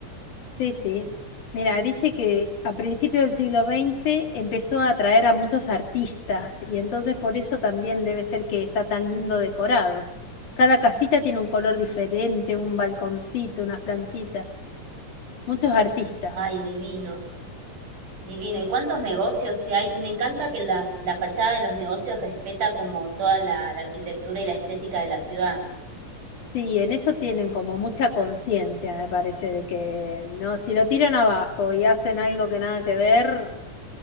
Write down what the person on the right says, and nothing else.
Ay, divino, divino. ¿Y cuántos negocios que hay? Y me encanta que la, la fachada de los negocios respeta como toda la, la arquitectura y la estética de la ciudad.